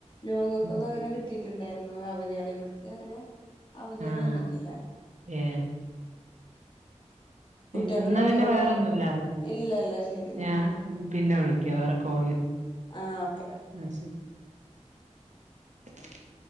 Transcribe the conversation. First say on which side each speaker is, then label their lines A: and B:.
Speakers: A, on the left; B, on the right.
A: ലോങ്ങക്കക്കെ
B: ഉം
A: കിട്ടിയിട്ടുണ്ടായിരുന്നു അവധ ആള് ഇവിടുക്ക് അങ്ങനെ അവധികൾ
B: ആഹ്
A: വന്നിട്ടില്ല
B: ഏഹ് പിന്നെ
A: കുട്ടികൾക്കും
B: ഒന്ന
A: തന്നെ
B: പിന്നെ
A: ഓരോരുത്ത
B: വേറെ ഒന്നുംല്ലാണ്
A: ഇല്ലല്ല ശരി എന്നാ
B: ഞാ പിന്നെ വിളിക്ക വേറെ കോള് വരുന്നു
A: ആഹ് ഓക്കെ
B: <inaudible>